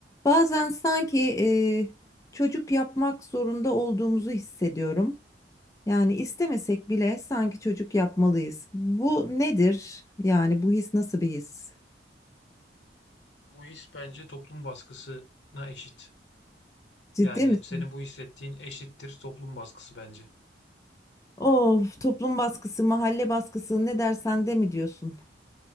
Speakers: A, on the left (about 20°); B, on the left (about 75°).
A: Bazen sanki eee, çocuk yapmak zorunda olduğumuzu hissediyorum. Yani istemesek bile sanki çocuk yapmalıyız. Bu nedir? Yani bu his nasıl bir his?
B: Bu his bence toplum baskısına eşit.
A: Ciddi
B: Yani
A: misin?
B: senin bu hissettiğin eşittir toplum baskısı bence.
A: Of, toplum baskısı, mahalle baskısı ne dersen de mi diyorsun?